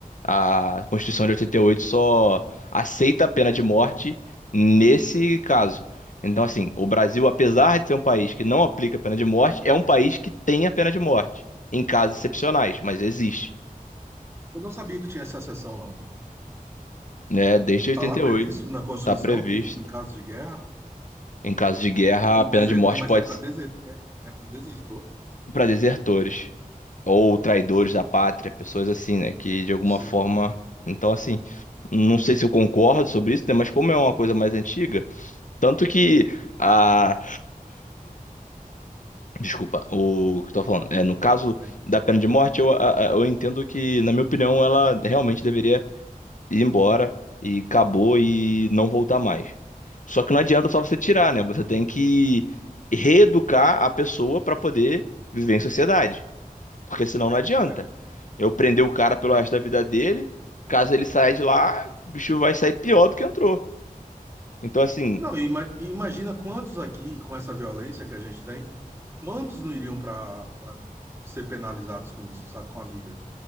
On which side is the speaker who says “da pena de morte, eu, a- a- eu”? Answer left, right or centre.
Left